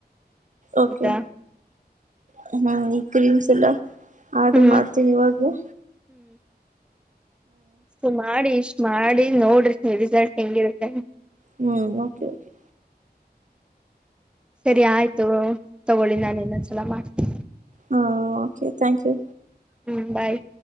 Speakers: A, on the right; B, in the centre.
A: ಓಕೆ
B: ಆಯ್ತಾ
A: ಹ್ಮ್ ಇ ಕ್ಲಿವ್ಸ್. ಎಲ್ಲ. ಆಡ್ರು
B: ಹ್ಮ್
A: ಮಾಡ್ತೀನಿ ಇವಾಗ್ಲೆ.
B: ಸು ಮಾಡಿ ಇಷ್ಟ್ ಮಾಡ್ ನೋಡ್ರಿ ನೀವ್ ರಿಸಲ್ಟ್ ಹೆಂಗಿರುತ್ತೆ.
A: ಹ್ಮ್ ಓಕೆ ಓಕೆ.
B: ಸರಿ ಆಯ್ತು ತಗೊಳಿ ನಾನ್ ಇನ್ನೊಂದ್ಸಲ ಮಾಡ್ತಿನಿ.
A: ಹಾ ಓಕೆ ಥಾಂಕ್ ಯು.
B: ಹ್ಮ್ ಬಾಯ್.